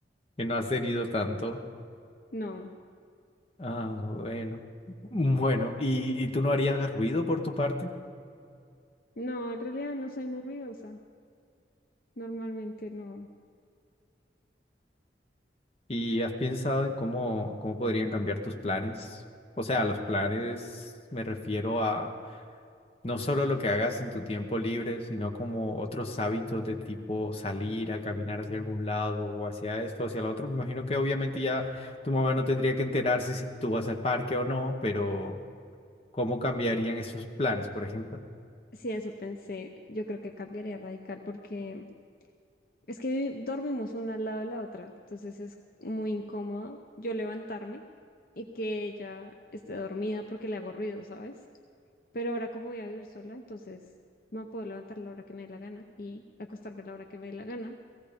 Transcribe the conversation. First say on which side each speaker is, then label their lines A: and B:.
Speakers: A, on the left; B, on the left.
A: que no has tenido tanto.
B: No,
A: Ah, bueno. Bueno, ¿y, y tú no harías ruido por tu parte?
B: no, en realidad no soy muy ruidosa. Normalmente no.
A: ¿Y has pensado en cómo, cómo podrían cambiar tus planes? O sea, los planes me refiero a no solo lo que hagas en tu tiempo libre, sino como otros hábitos de tipo salir a caminar hacia algún lado o hacia esto, hacia lo otro. Me imagino que obviamente ya tu mamá no tendría que enterarse si tú vas al parque o no, pero... ¿Cómo cambiarían esos planes, por ejemplo?
B: Sí, eso pensé. Yo creo que cambiaría radical porque es que vi- dormimos una al lado de la otra, entonces es muy incómodo yo levantarme y que ella esté dormida porque le hago ruido, ¿sabes? Pero ahora como voy a vivir sola, entonces me puedo levantar a la hora que me dé la gana y acostarme a la hora que me dé la gana.